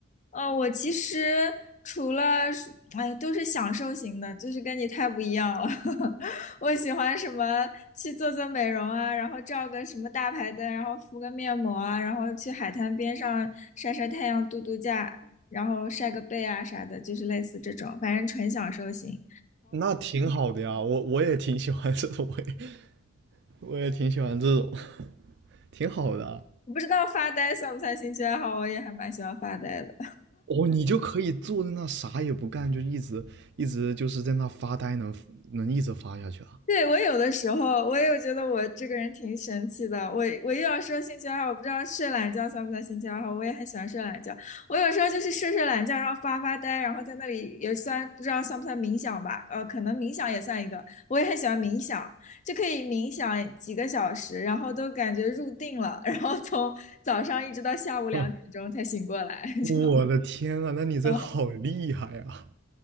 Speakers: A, on the left; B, on the right.
A: 哦，我其实除了是，哎，都是享受型的，就是跟你太不一样了。<laughs> 我喜欢什么去做做美容啊，然后照个什么大排灯，然后敷个面膜啊，然后去海滩边上晒晒太阳、度度假，然后晒个背啊啥的，就是类似这种，反正纯享受型。
B: 那挺好的呀，我我也挺喜欢这种，我也我也挺喜欢这种，挺好的啊。
A: 我不知道发呆算不算兴趣爱好，我也还蛮喜欢发呆的。
B: 哦，你就可以坐在那啥也不干，就一直一直就是在那发呆能，能一直发下去啊！
A: 对，我有的时候我也有觉得我这个人挺神奇的。我我又要说兴趣爱好，我不知道睡懒觉算不算兴趣爱好。我也很喜欢睡懒觉。我有时候就是睡睡懒觉，然后发发呆，然后在那里也算不知道算不算冥想吧？呃，可能冥想也算一个。我也很喜欢冥想，就可以冥想几个小时，然后都感觉入定了，然后从早上一直到下午两点钟才醒过来，
B: <laughs>
A: <laughs>
B: 我的天啊，那你这好厉害啊！
A: 就